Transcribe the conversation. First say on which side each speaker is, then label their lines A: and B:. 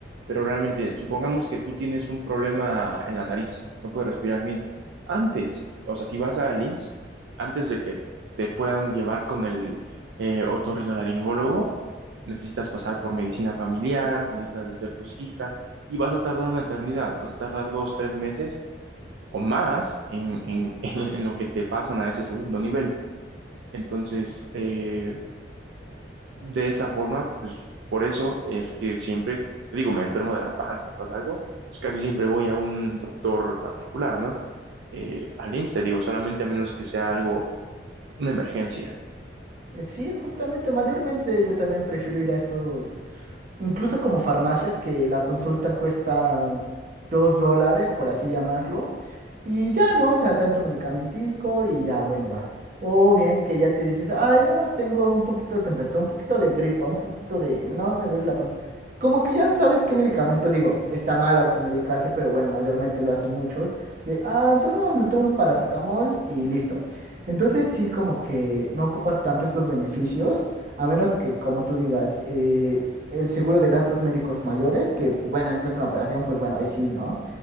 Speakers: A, on the right; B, on the right.
A: pero realmente supongamos que tú tienes un problema en la nariz, no puedes respirar bien. Antes, o sea, si vas al IMSS, antes de que te puedan llevar con el eh, otorrinolaringólogo, necesitas pasar por medicina familiar, necesitas hacer tu cita y vas a tardar una eternidad, vas a tardar dos, tres meses o más en, en, <laughs> en lo que te pasan a ese segundo nivel. Entonces, eh, de esa forma, pues por eso es que siempre, te digo, me enfermo de la panza o pasa algo, pues casi siempre voy a un doctor particular, ¿no? Eh, al IMSS, te digo, solamente a menos que sea algo, una emergencia.
B: Eh, Sí, justamente, mayormente yo también prefiero ir a estos, incluso como farmacias que la consulta cuesta dos dólares, por así llamarlo, y ya no, o sea, tanto medicamentico y ya, bueno, va. O bien que ya te dices, ay, nada más tengo un poquito de temperatura, un poquito de gripa, un poquito de, nada más me duele la panza. Como que ya sabes qué medicamento, digo, está mal automedicarse, pero bueno, mayormente lo hacen muchos, de, ah, entonces nada más me tomo un paracetamol y listo. Entonces sí, como que no ocupas tanto estos beneficios. A menos que, como tú digas, eh, el seguro de gastos médicos mayores, que pues, bueno, esta es una operación, pues bueno, ahí sí, ¿no?